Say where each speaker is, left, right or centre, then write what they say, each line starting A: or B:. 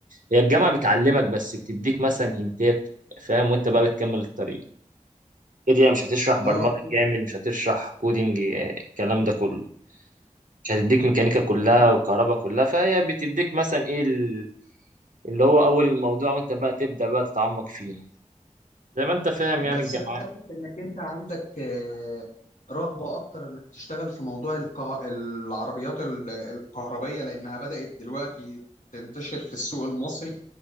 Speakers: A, on the right; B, on the left.
A: هي الجامعه بتعلمك بس بتديك مثلا هنتات فاهم وانت بقى بتكمل الطريق كده هي مش هتشرح برمجه
B: اه
A: كامل مش هتشرح كودينج آه، الكلام ده كله مش هتديك ميكانيكا كلها
B: اه
A: وكهرباء كلها فهي بتديك مثلا ايه ال- اللي هو اول الموضوع وانت بقى تبدا بقى تتعمق فيه زي ما انت فاهم يعني
B: بس
A: الجامعات
B: انا حاسس انك انت عندك آه، رغبه اكتر انك تشتغل في موضوع الكه... العربيات ال- الكهربيه لانها بدات دلوقتي تنتشر في السوق المصري